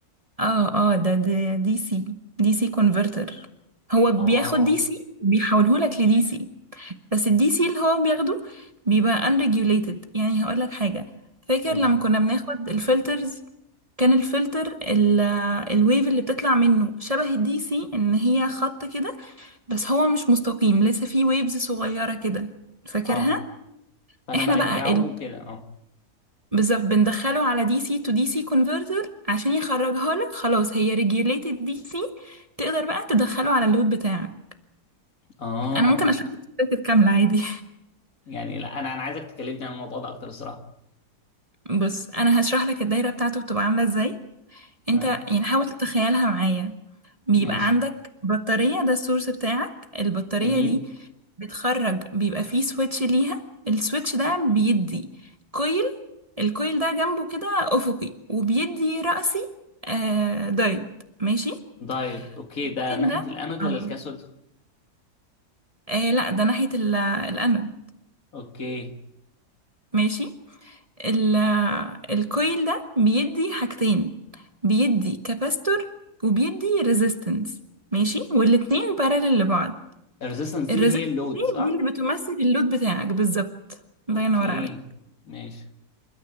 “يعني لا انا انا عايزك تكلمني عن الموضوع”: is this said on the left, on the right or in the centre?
Left